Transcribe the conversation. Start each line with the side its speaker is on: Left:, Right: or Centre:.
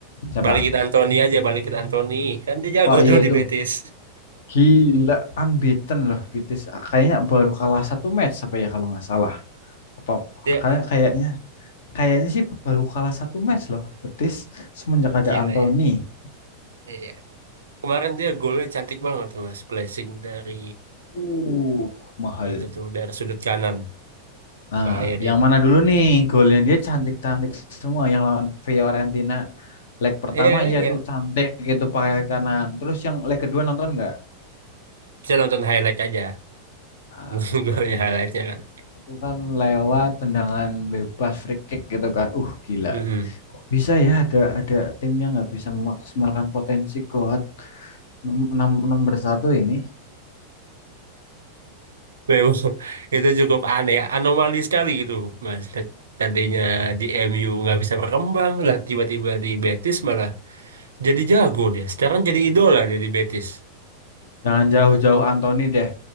Left: siapa?
Right: Balikin Anthony aja, balikin Anthony. Kan dia jago
Left: Wah iya
Right: tuh di
Left: itu
Right: Betis.
Left: gila unbeaten loh Betis. Ah, Kayaknya baru kalah satu match apa ya kalau nggak salah. Apa
Right: Dia
Left: kayak kayaknya kayaknya sih baru kalah satu match loh Betis semenjak ada
Right: gila
Left: Anthony.
Right: ya. Iya. Kemarin dia golnya cantik banget tuh Mas. Placing dari
Left: Uh, mahal.
Right: itu tuh dari sudut kanan.
Left: Nah,
Right: Bahaya dia.
Left: yang mana dulu nih golnya dia cantik-cantik semua yang lawan Fiorentina leg pertama
Right: Iya,
Left: ya
Right: iya.
Left: itu cantik itu pakai kanan. Terus yang leg kedua nonton nggak?
Right: Saya nonton highlight aja.
Left: Ah,
Right: <laughs> Golnya
Left: ya,
Right: highlightnya kan.
Left: Itu kan lewat tendangan bebas free kick gitu kan. Uh, gila.
Right: Mm-mm.
Left: Kok bisa ya ada ada tim yang nggak bisa memaksimalkan potensi kuat Nom- nom- nomor satu ini.
Right: Memang <laughs> itu cukup aneh, anomali sekali gitu, Mas. Tad- Tadinya di MU nggak bisa berkembang, lah tiba-tiba di Betis malah jadi jago dia. Sekarang jadi idola dia di Betis.
Left: Jangan jauh-jauh Anthony deh.